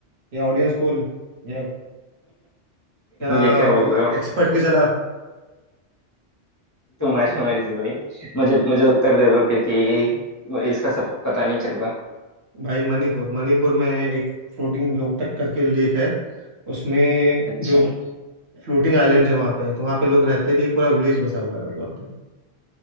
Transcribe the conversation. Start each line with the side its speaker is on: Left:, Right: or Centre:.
Right: या ऑडियंस पोल या या
Left: ये क्या बोल रहे हो
Right: एक्सपर्ट की सलाह
Left: तुम्हारी मर्जी भाई मुझे मुझे उत्तर दे दो क्योंकि इसका सब पता नहीं चल रहा
Right: भाई मणिपुर मणिपुर में एक फ्लोटिंग लोकटक करके लेक है उसमें
Left: अच्छा
Right: जो फ्लोटिंग आइलैंड्स है वहाँ पे तो वहाँ पे लोग रहते भी एक पूरा विलेज बसा हुआ है भाई वहाँ पे